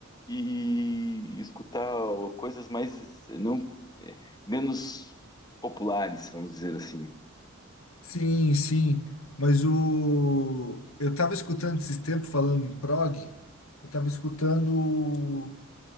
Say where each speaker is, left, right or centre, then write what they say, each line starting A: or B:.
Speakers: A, on the left (about 20°); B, on the left (about 80°).
A: e escutar o- coisas mais não eh, menos populares, vamos dizer assim.
B: sim, sim, mas o eu tava escutando esses tempos falando em prog, eu tava escutando o-